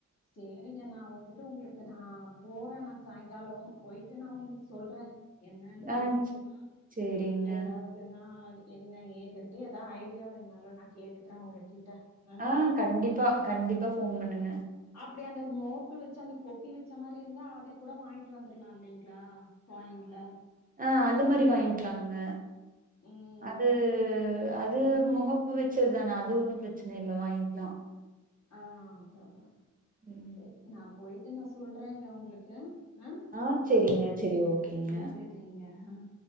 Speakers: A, on the left; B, on the right.
A: சரிங்க நான் வந்துட்டு உங்களுக்கு நான் போறேன் நான் சாயங்காலம் போய்டு நான் உங்களுக்கு சொல்றேன் என்னன்ட்டு
B: ஆ சே
A: உஹம்
B: சேரிங்க
A: ஏதாவது நா என்ன ஏதுன்ட்டு ஏதாவது ஐடியாவேணாலும் நான் கேட்டுக்கிறேன் உங்க கிட்ட ஆஹ
B: ஆ கண்டிப்பா கண்டிப்பா போன் பண்ணுங்க
A: அப்டி அந்த மோப்பு வச்சு அந்த கொப்பி வச்ச மாதிரி இருந்தா அது கூட வாங்கிட்டு வந்துரலாம் இல்லைங் இல்ல குவாய்ன்ல
B: ஆஹ் அந்த மாரி வாய்ங்கலா இல்ல
A: ம்
B: அது அது முகப்பு வச்சதுதானே அது ஒன்னு பிரச்சன இல்ல வாய்ங்கலா
A: ஆஹ் அதா அதா
B: உம்
A: சரி நா போயிட்டு நா சொல்றேங்க உங்களுக்கு ஆஹ
B: ஆ
A: சேரி
B: சேரிங்க ஓகேங்க
A: சேரிங்க ஆஹ